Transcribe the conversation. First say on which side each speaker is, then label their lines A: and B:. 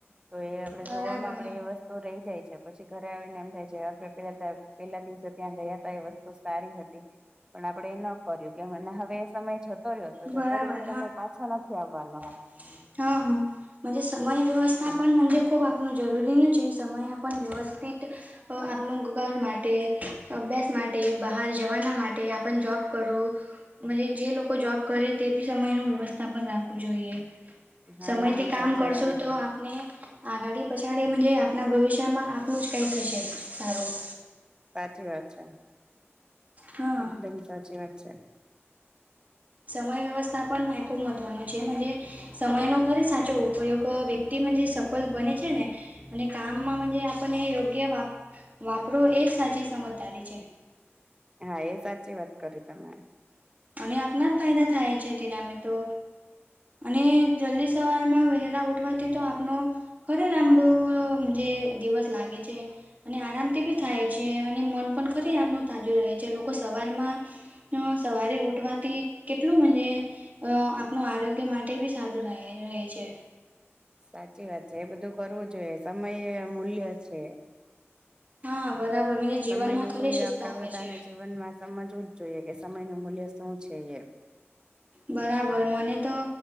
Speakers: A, on the right; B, on the right.
A: તો એ
B: બરાબર
A: જોવામાં આપડે એ વસ્ તો રહી જાય છે પછી ઘરે આવી ને એમ થાય છે આપે પેલા પેલા દિવસે ત્યાં ગયા હતા એ વસ્તુ સારી હતી પણ આપડે એ ન કર્યું કે મ હવે એ સમય જતો રહ્યો હતો જતો
B: બરાબર
A: રહ્યો એ સમય પાછો નથી આવવાનો
B: હા હા સમય વ્યવસ્થા પણન ખૂબ આપણું જરૂરી છે સમય આપણ વ્યવસ્થિત આપનું ઘર માટે અભ્યાસ માટે બહાર જવાના માટે આપણ જોબ કરવું જે લોકો જોબ કરે તે બી સમય નુ વ્યવસ્થા પણ રાખવું જોઈએ
A: હા
B: સમયથી
A: એકદમ
B: કામ
A: સાચી
B: કરશું
A: વાત છે
B: તો આપને આગાડી પછાડી મજે આપના ભવિષ્યમાં આપણું જ કઈ થશે સારું
A: ચી વાત છે
B: હા
A: એકદમ સાચી વાત છે.
B: સમય વ્યવસ્થાપન ખૂબ મહત્વનું છે સમયનો ખરે સાચો ઉપયોગ વ્યક્તિમાં જે સફળ બને છે ને અને કામમાં જે આપણને યોગ્ય વાપ વાપરો એજ સાચી સમજદારી છે.
A: હા એ સાચી વાત કરી તમે
B: અને આપણા જ ફાયદા થાય છે તેના અમે તો અને જલ્દી સવારમાં વહેલા ઉઠવાથી તો આપનો ખરે લાંબો જે દિવસ લાગે છે. અને આરામથી બી થાય છે અને મન પણ ખરી આપણું તાજું રહે છે લોકો સવાર માં સવારે ઉઠવાથી કેટલુંજે અ આપનું આરોગ્ય માટે બી સારું રહે છે.
A: સાચી વાત છે એ બધું કરવું જોઈએ સમયે મૂલ્ય છે.
B: હા બરાબર મને જીવનમાં
A: સમય નું
B: ખરી
A: મૂલ્ય
B: શિસ્ત
A: આપડે
B: આવે
A: બધાને
B: છે.
A: જીવનમાં સમજવું જોઈએ કે સમય નું મૂલ્ય શું છે એ
B: બરાબર મને તો